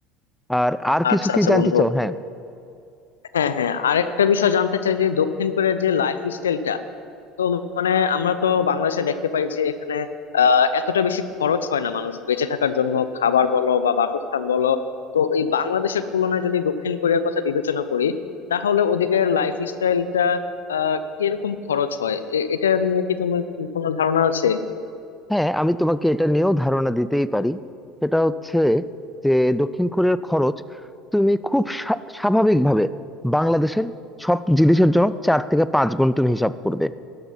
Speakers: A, in the centre; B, on the left.
A: আর আর কিছু
B: আচ্ছা
A: কি
B: আচ্ছা
A: জানতে
B: বন্ধু
A: চাও হ্যাঁ
B: হ্যাঁ হ্যাঁ আরেকটা বিষয় জানতে চাই যে দক্ষিণ কোরিয়ার যে লাইফ স্টাইলটা তো মানে আমরা তো বাংলাদেশে দেখতে পাই যে এখানে আহ এতটা বেশি খরচ হয় না মানুষ বেঁচে থাকার জন্য খাবার বলো বা বাসস্থান বলো তো এই বাংলাদেশের তুলনায় যদি দক্ষিণ কোরিয়ার কথা বিবেচনা করি তাহলে ওদিকে লাইফ স্টাইলটা আহ কিরকম খরচ হয় এ- এটা নিয়ে কি তোমার কোনো ধারণা আছে
A: হ্যাঁ আমি তোমাকে এটা নিয়েও ধারণা দিতেই পারি সেটা হচ্ছে যে দক্ষিণ কোরিয়ার খরচ তুমি খুব স্বা- স্বাভাবিকভাবে বাংলাদেশের সব জিনিসের জন্য চার থেকে পাঁচ গুণ তুমি হিসাব করবে